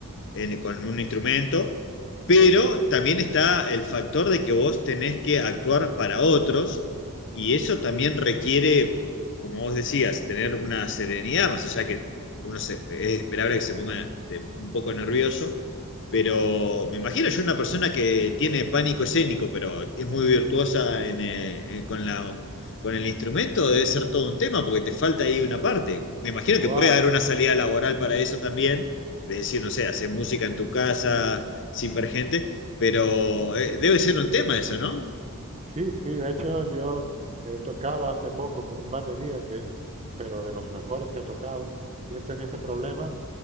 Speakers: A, on the left (about 55°); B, on the right (about 30°).
A: en- con un instrumento, pero
B: Sí.
A: también está el factor de que vos tenés que actuar para otros y eso también requiere, como vos decías, tener una serenidad, más allá que uno se- es esperable que se ponga de- un poco nervioso, pero me imagino yo una persona que tiene pánico escénico, pero es muy virtuosa en, eh, eh, con la... Con el instrumento debe ser todo un tema porque te falta ahí una parte. Me imagino
B: ¡Guau!
A: que puede haber una salida laboral para eso también, de decir, no sé, hacer música en tu casa sin ver gente, pero eh, debe ser un tema eso, ¿no?
B: Sí, sí, de hecho yo eh, tocaba hace poco con un batería que es, pero de los mejores que he tocado, y él tenía ese problema